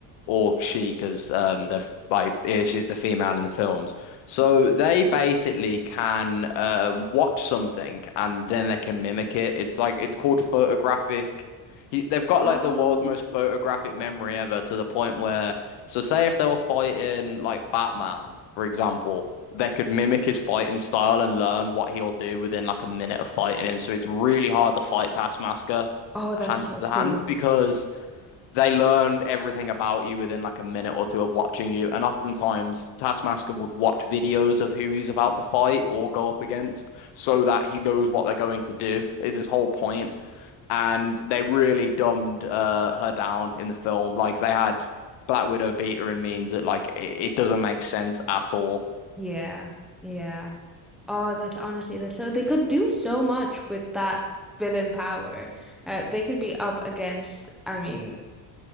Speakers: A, on the left (about 75°); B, in the centre.
A: or she, because um, they're f- like eh, she's a female in the films. So they basically can um, watch something and then they can mimic it. It's like it's called photographic. He, they've got
B: Oh.
A: like the world's most photographic memory ever to the point where, so say if they were fighting like Batman, for example, they could mimic his fighting style and learn what he'll do within like a minute of fighting him. So it's really hard to fight Taskmaster
B: Oh, that's
A: hand
B: so
A: to
B: cool.
A: hand because they learn everything about you within like a minute or two of watching you. And oftentimes, Taskmaster would watch videos of who he's about to fight or go up against so that he knows what they're going to do, is his whole point. And they really dumbed uh, her down in the film. Like, they had Black Widow beat her in means that, like, it, it doesn't make sense at all.
B: Yeah. Yeah. Oh, that's honestly that's so they could do so much with that villain power. Uh, they could be up against, I mean,